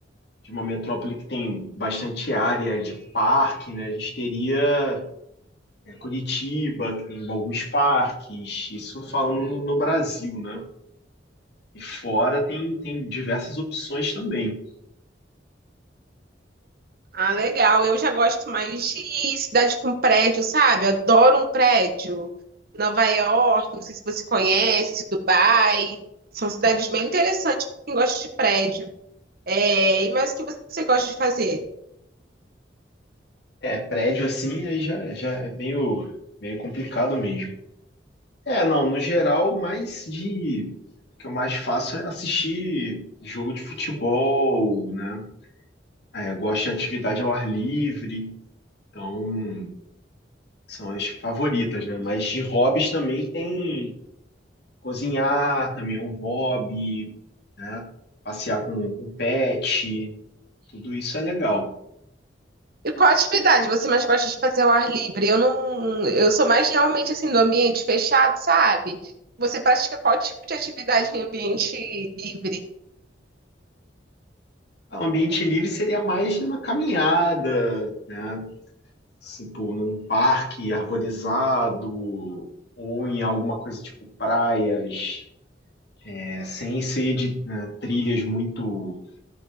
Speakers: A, on the left (about 65°); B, on the right (about 55°).
A: de uma metrópole que tem bastante área de parque, né? A gente teria é, Curitiba, que tem alguns parques, isso falando no, no Brasil, né? E fora tem, tem diversas opções também.
B: Ah, legal. Eu já gosto mais de cidade com prédio, sabe? Adoro um prédio. Nova York, não sei se você conhece, Dubai. São cidades bem interessantes para quem gosta de prédio. É, e mais o que você gosta de fazer?
A: É, prédio assim aí já, já é meio, meio complicado mesmo. É, não, no geral, mais de. O que eu mais faço é assistir jogo de futebol, né? É, gosto de atividade ao ar livre, então são as favoritas, né? Mas de hobbies também tem cozinhar, também é um hobby, né? Passear com, com pet, tudo isso é legal.
B: E qual atividade você mais gosta de fazer ao ar livre? Eu não, eu sou mais realmente assim do ambiente fechado, sabe? Você pratica qual tipo de atividade em ambiente livre?
A: Ah, Um ambiente livre seria mais numa caminhada, né? Tipo, num parque arborizado ou em alguma coisa tipo praias, é, sem ser de né, trilhas muito